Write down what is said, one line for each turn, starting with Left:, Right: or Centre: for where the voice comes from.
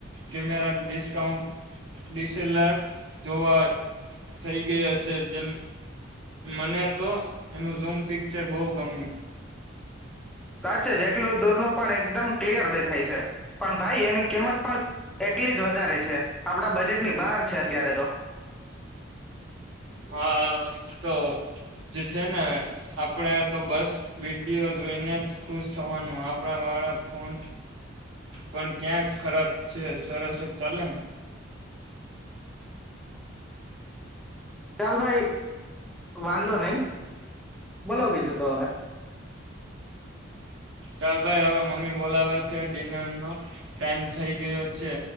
Right: કેમેરા ડિસ્કાઉિલ જોવા થઈ ગયા છે જેમ મને તો એનું ઝૂમ પિક્ચર બહુ ગમ્યું
Centre: સાચ જ એટલું દૂરનું પણ એકદમ ક્લિયર દેખાય છે પણ ભાઈ એની કિંમત પણ એટલી જ વધારે છે આપડા બજેટની બહાર છે અત્યારે તો
Right: હા એ તો જ છે ને આપણે તો બસ વિીડીયો જોઈને જ ખુશ થવાનું આપણા વાળા ફોન પણ ક્યાં ખરાબ છે સરસ જ ચાલે ને
Centre: ચાલ ભાઈ વાંધો નહી બોલો બીજું તો હવે
Right: ચાલ ભાઈ હવે મમ્મી બોલાવે છે ડિનરનોો ટાઈમ થઈ ગયો છે